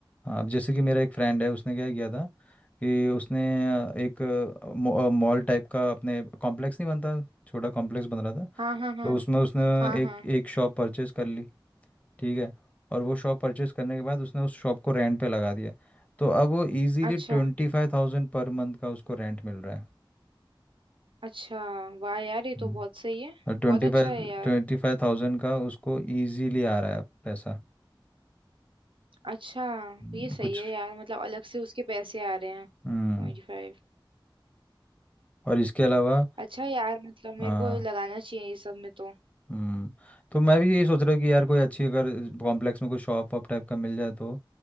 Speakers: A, on the left; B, on the right.
A: हाँ, अब जैसे कि मेरा एक फ्रेंड है उसने क्या किया था कि उसने अ, एक मॉल टाइप का अपने कॉम्प्लेक्स नहीं बनता छोटा कॉम्प्लेक्स बन रहा था
B: हाँ हाँ हाँ
A: तो उसमें उसने
B: हाँ हाँ
A: एक एक शॉप परचेस कर ली ठीक है और वो शॉप परचेस करने के बाद उसने उस शॉप को रेंट पे लगा दिया तो अब वो इजीली
B: अच्छा
A: ट्वेंटी फाइव थाउजेंड पर मंथ का उसको रेंट मिल रहा है
B: अच्छा वाह यार ये
A: हम्म,
B: तो बहुत सही है
A: और ट्वेंटी
B: बहुत अच्छा
A: फाइव
B: है यार
A: ट्वेंटी फाइव थाउजेंड का उसको इजीली आ रहा है पैसा
B: अच्छा
A: हम्म,
B: ये सही
A: कुछ
B: है यार मतलब अलग से उसके पैसे आ रहे हैं ट्वेंटी
A: हम्म
B: फाइव
A: और इसके अलावा
B: अच्छा यार मतलब
A: हाँ,
B: मेरे को लगाना चाहिए ये सब में तो
A: हम्म तो मैं भी यही सोच रहा हूँ कि यार कोई अच्छी अगर कॉम्प्लेक्स में कोई शॉप वॉप टाइप का मिल जाए तो